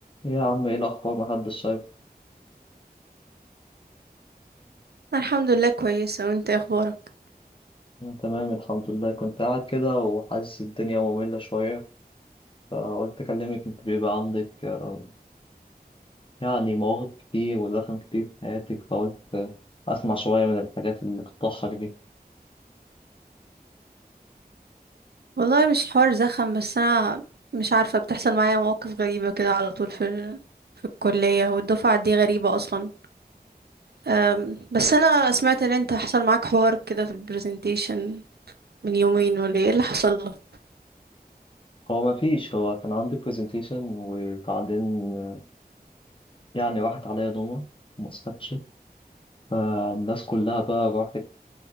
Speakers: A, on the left; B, on the right.
A: إيه يا عم ايه الاخبار محدش شايف
B: أنا الحمد لله كويسة وانت إيه اخبارك
A: انا تمام الحمد لله كنت قاعد كده وحاسس الدنيا مملة شوية فقلت اكلمك انت بيبقى عندك آه، يعني مواقف كتير ودخل كتير في حياتك فقلت آه، اسمع شوية من الحاجات اللي بتضحك دي
B: والله مش حوار زخم بس انا مش عارفة بتحصل معايا مواقف غريبة كده على طول في ال... في الكلية والدفعة دي غريبة اصلا أم... بس انا سمعت ان انت حصل معاك حوار كده في البرزنتيشن من يومين ولا ايه اللي حصل لك
A: هو ما فيش هو كان عندي برزنتيشن وبعدين آه، يعني راحت عليا دوما ما صحتش فالناس كلها بقى راحت